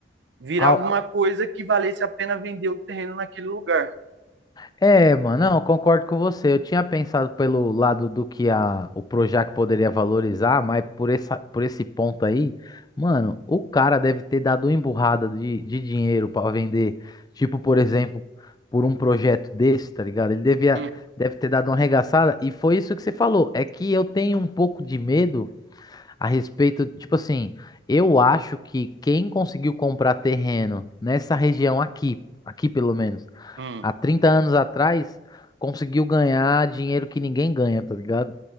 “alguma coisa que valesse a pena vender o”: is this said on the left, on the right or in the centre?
Right